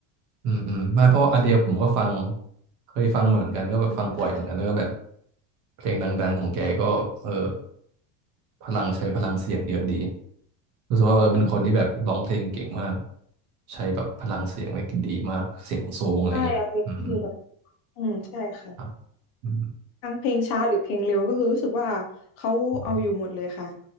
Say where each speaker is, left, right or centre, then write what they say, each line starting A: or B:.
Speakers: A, on the right (about 40°); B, on the left (about 50°).
A: อืมอืมไม่เพราะอเดียผมก็ฟังเคยฟังมาเหมือนกันก็แบบฟังบ่อยเหมือนกันแล้วก็แบบ
B: นะคะ
A: เพลงดังๆของแกก็เออพลังใช้พลังเสียงเยอะดีรู้สึกว่าเออเป็นคนที่แบบร้องเพลงเก่งมากใช้แบบพลังเสียงอะไรดีมากเสียงสูงอะไรเงี้ยอืม
B: ใช่อ d เดลก็คือแบบอืมใช่ค่ะ
A: ครับอืม
B: ทั้งเพลงช้าหรือเพลงเร็วก็คือรู้สึกว่าเขาเอาอยู่หมดเลยค่ะ
A: อืม